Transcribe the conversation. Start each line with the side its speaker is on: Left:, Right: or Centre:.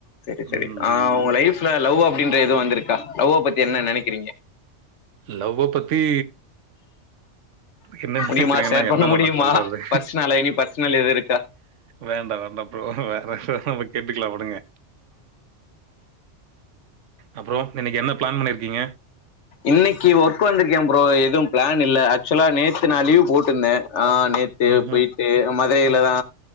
Left: செரி செரி
Right: ம்,
Left: ஆ
Right: ம்,
Left: உங்க
Right: ம்.
Left: லைஃப்ல லவ் அப்டின்ற எதுவு வந்திருக்கா லவ்வ பத்தி என்ன நெனைக்கிறீங்க
Right: லவ்வ பத்தி என்ன நெனைக்கிறன்னா
Left: முடியுமா ஷேர் பண்ண
Right: என்ன
Left: முடியுமா
Right: நம்ம சொல்றது
Left: ஃபர்ஸ்ட் நாளா இனி ஃபர்ஸ்ட் நாள் எது இருக்கா
Right: வேண்டா வேண்டா ப்ரோ வேற நம்ம கேட்டுக்கலா விடுங்க அப்றோ இன்னைக்கி என்ன பிளான் பண்ணிருக்கீங்க
Left: இன்னைக்கி ஒர்க் வந்திருக்கே ப்ரோ எதுவு பிளான் இல்ல ஆக்சுவலா நேத் து நா
Right: ஓகே.
Left: லீவ் போட்டுருந்தே ஆ நேத்து
Right: ம்ஹ்ம்.
Left: போயிட்டு மதுரையில தா